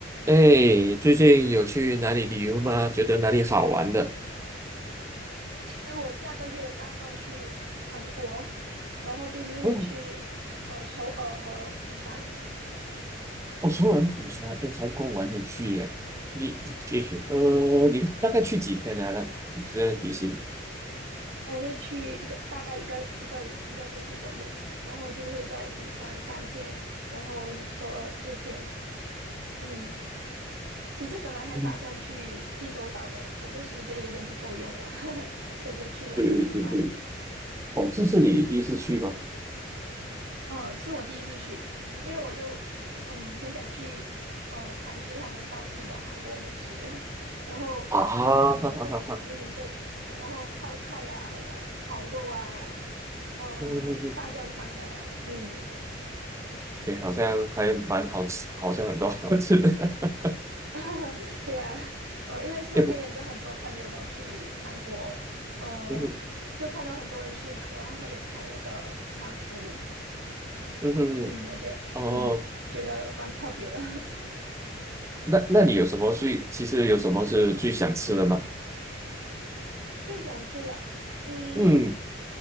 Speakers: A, on the right; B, on the right.
A: 哎，最近有去哪里旅游吗？觉得哪里好玩的？
B: 其实我下个月打算去韩国，然后就是会去呃首尔和釜山，
A: 哦，哦，首尔、釜山，哎，韩国我还没有去耶。你，你，呃，你大概去几天来了？你这旅行？
B: 我会去一个大概一个一个一个星期左右，然后就会在釜山三天，然后首尔四天。嗯，其实本来还打算去济州岛的，
A: 嗯，
B: 可是时间有点不够用了，<laughs> 所以就去两个地方。
A: 对对对，哦，这是你第一次去吗？
B: 呃，是我第一次去，因为我就嗯很想去呃尝试他们当地的韩国美食，<laughs> 然后呃像嗯对，
A: 啊，哈哈哈哈，
B: 然后泡菜呀、好像烤肉啊，嗯大酱汤啊，
A: 嗯，嗯嗯，
B: 嗯
A: 哎，好像还蛮好吃，好像很多好吃的。<laughs>
B: <laughs> 对呀、呃因为身边也是很多朋友都去韩国，
A: 也不，
B: 呃就看到很多人去嘛，
A: 嗯哼
B: 然后还有拍那个韩服，
A: 嗯哼嗯，
B: 嗯，我觉得嗯觉得蛮特别的，
A: 哦，那那你有什么最，其实有什么是最想吃的吗？
B: <laughs> 最想吃的。嗯，
A: 嗯，